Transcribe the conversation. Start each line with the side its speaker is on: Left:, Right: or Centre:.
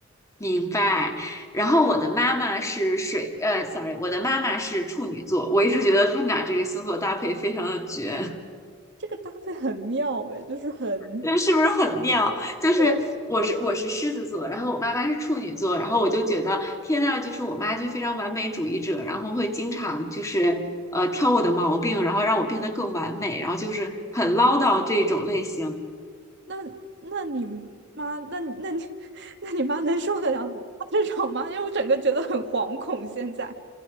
Left: 明白。然后我的妈妈是水，呃，sorry，我的妈妈是处女座，我一直觉得他们俩这个星座搭配非常的绝。
Right: 这个搭配很妙诶，就是很
Left: 这是不是很妙？就是我是我是狮子座，
Right: 对，
Left: 然后我妈妈是处女座，然后我就觉得天呐，就是我妈就非常完美主义者，然后会经常就是呃挑我的毛病，然后让我变得更完美，然后就是很唠叨这种类型。
Right: 那那你妈，那你那你 <laughs> 那你妈能受得了你妈这种吗？因为我整个觉得很惶恐现在。